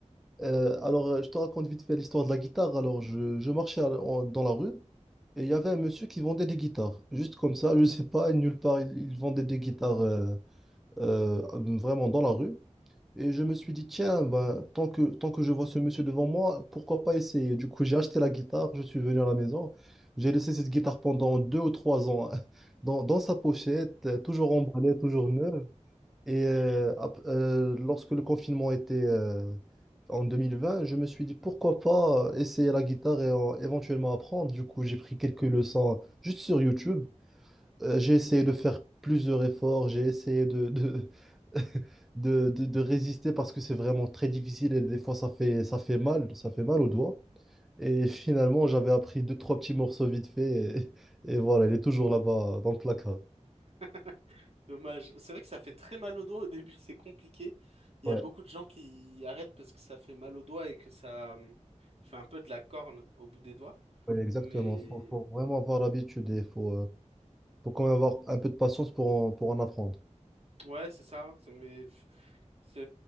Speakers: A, in the centre; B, on the right.
A: Euh, alors, euh, je te raconte vite fait l'histoire de la guitare. Alors, je, je marchais à la- en- dans la rue et il y avait un monsieur qui vendait des guitares. Juste comme ça, je sais pas, nulle part, il, il vendait des guitares euh, euh, vraiment dans la rue. Et je me suis dit, tiens, ben, tant que, tant que je vois ce monsieur devant moi, pourquoi pas essayer? Du coup, j'ai acheté la guitare, je suis venu à la maison. J'ai laissé cette guitare pendant deux ou trois ans <laughs> dans, dans sa pochette, euh, toujours emballée, toujours neuve. Et euh, ap- euh, lorsque le confinement était euh, en 2020, je me suis dit pourquoi pas essayer la guitare et euh, éventuellement apprendre. Du coup, j'ai pris quelques leçons juste sur YouTube. Euh, j'ai essayé de faire plusieurs efforts, j'ai essayé de, de, <laughs> de, de- de résister parce que c'est vraiment très difficile et des fois ça fait, ça fait mal, ça fait mal aux doigts. Et <laughs> finalement, j'avais appris deux, trois petits morceaux vite fait et, <laughs> et voilà, elle est toujours là-bas dans le placard.
B: <laughs> dommage. C'est vrai que ça fait très mal au doigt au début, c'est compliqué. Il
A: Ouais,
B: y a beaucoup de gens qui arrêtent parce que ça fait mal au doigt et que ça hum, fait un peu de la corne au bout des doigts.
A: ouais, exactement.
B: Mais
A: Faut, faut vraiment avoir l'habitude et faut, euh, faut quand même avoir un peu de patience pour en, pour en apprendre.
B: Ouais, c'est ça. c'est- Mais pff, c'est-